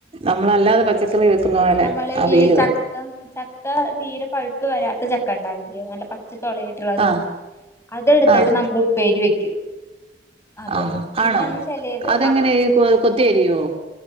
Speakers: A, on the right; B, on the left.
A: നമ്മളല്ലാതെ പച്ചക്കറി വെക്കുന്ന പോലെ
B: നമ്മള്
A: അവിയല്
B: ഈ
A: വെക്കും
B: ചക്ക ചക്ക തീരെ പഴുപ്പ് വരാത്ത ചക്ക അണ്ടാവില്ല നല്ല പച്ച ചുള ആയിട്ട് ട്ടുള്ളത്
A: ആഹ്
B: അതെടുത്തിട്ട്
A: ആഹ്
B: നമ്മള് ഉപ്പേരി വെക്കും അത്
A: ആഹാ
B: പിന്നെ
A: ആണോ
B: ഒന്ന് ചെലേത്
A: അതെങ്ങനെ കൊ കൊത്തിയരിവോ?